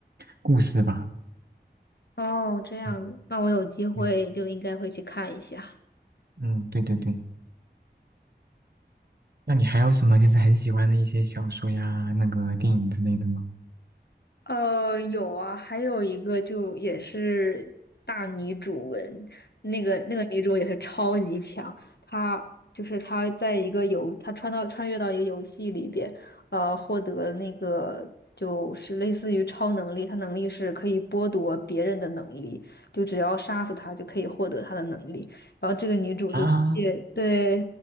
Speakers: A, on the right; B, on the left.
A: 故事吧。
B: 哦，这样子，
A: 嗯
B: 那我有机会就应该会去看一下。
A: 对，嗯，对对对。那你还有什么就是很喜欢的一些小说呀，那个电影之类的吗？
B: 呃，有啊，还有一个就也是大女主文，那个那个女主也是超级强，她就是她在一个游，她穿到穿越到一个游戏里边，呃，获得那个就是类似于超能力，她能力是可以剥夺别人的能力，就只要杀死她就可以获得她的能力，然后这个女主就也对。
A: 啊